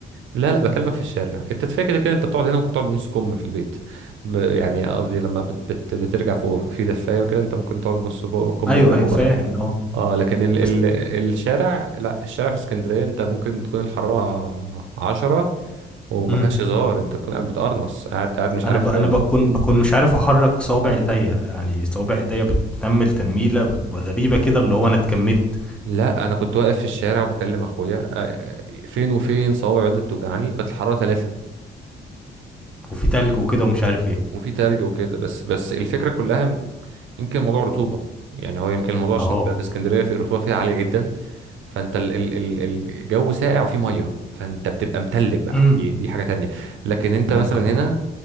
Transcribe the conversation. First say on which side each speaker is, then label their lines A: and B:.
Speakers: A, on the right; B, in the centre.
A: لا لا بكلمك في الشارع التدفئه كده كده انت بتقعد هنا ممكن تقعد بنص كم في البيت ب- يعني قصدي لما بت بت بترجع فوق في دفايه وكده انت ممكن تقعد بنص كو- كم
B: ايوه
A: بلا مبالغه
B: ايوه فاهم اه
A: اه لكن ال
B: بس
A: ال الشارع لا الشارع في اسكندريه انت ممكن تكون الحراره عشرة وما
B: امم
A: فيهاش هزار انت تكون قاعد بتقرنص قاعد قاعد مش
B: انا
A: عارف
B: ب... انا بكون بكون مش عارف احرك صوابع ايديا يعني صوابع ايديا بتنمل تنميله غريبه كده اللي هو انا اتجمدت
A: لا انا كنت واقف في الشارع وبكلم اخويا آه، فين وفين صوابعي بدات توجعني وكانت الحراره ثلاثة
B: وفي تلج وكده ومش عارف ايه
A: وفي تلج وكده بس بس الفكره كلها م- يمكن موضوع رطوبه يعني هو يمكن الموضوع عشان
B: اه
A: في في اسكندريه في الرطوبه فيها عاليه جدا فانت ال ال ال الجو ساقع وفيه ميه فانت بتبقى متلج بقى
B: امم
A: دي دي حاجه تانية لكن انت
B: ممكن
A: مثلا
B: اه
A: هنا